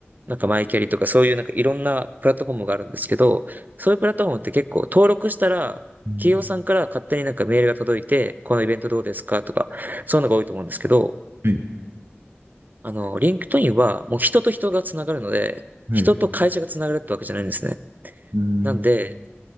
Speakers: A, on the right; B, on the right.
A: なんかマイキャリとかそういうなんかいろんなプラットフォームがあるんですけど、そういうプラットフォームって結構登録したら、
B: うん、
A: 企業さんから勝手になんかメールが届いて、このイベントどうですかとか、そういうのが多いと思うんですけど、
B: はい、
A: あの、リンクトインはもう人と人がつながるので、
B: はい、
A: 人と会社がつながるってわけじゃないんですね。
B: うん、
A: なんで、